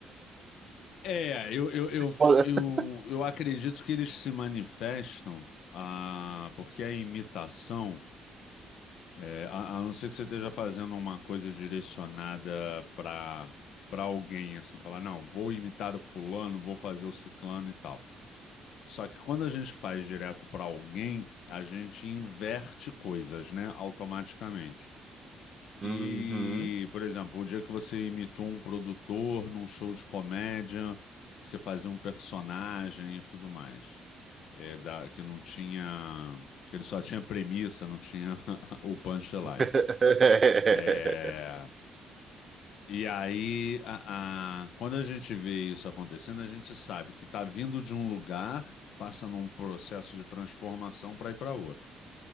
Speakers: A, on the left (about 75°); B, on the right (about 35°).
A: É, eu, eu, eu,
B: <laughs>
A: eu, eu acredito que eles se manifestam, ah, porque a imitação, é, a, a não ser que você esteja fazendo uma coisa direcionada para para alguém, assim, falar, não, vou imitar o fulano, vou fazer o ciclano e tal. Só que quando a gente faz direto para alguém, a gente inverte coisas, né, automaticamente. E,
B: Uhum.
A: por exemplo, o dia que você imitou um produtor num show de comédia, que você fazia um personagem e tudo mais, é, da- que não tinha, que ele só tinha premissa, não tinha <laughs> o punchline.
B: <laughs>
A: É, e aí, a- a- quando a gente vê isso acontecendo, a gente sabe que está vindo de um lugar, passa num processo de transformação para ir para outro.